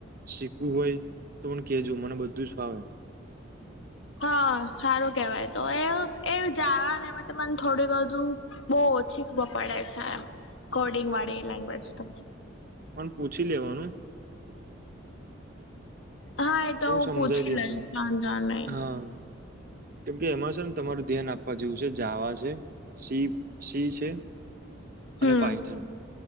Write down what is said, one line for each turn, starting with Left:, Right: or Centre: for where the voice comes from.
Right: શીખવું હોય તો મન કેજો મને બધું જ ફાવે
Left: હા સારું કેવાય તો એ એવુ જાણવા ને એમાંતો મને થોડુંક બધુ બહુ ઓછી ખબર પડે છે એમ કોડિંગ વાળી લેંગ્વેજ તો
Right: પણ પૂછી લેવાનું
Left: હા એ તો હું
Right: સમજાઈ
Left: પૂછી
Right: દઈશ
Left: લઈશ
Right: તમને
Left: વાંધો નહીં
Right: હા કેમ કે એમાં છે. ને તમારું ધ્યાન આપવા જેવું છે. જાવા છે. સી સી છે. અને
Left: હમ
Right: પાઈથન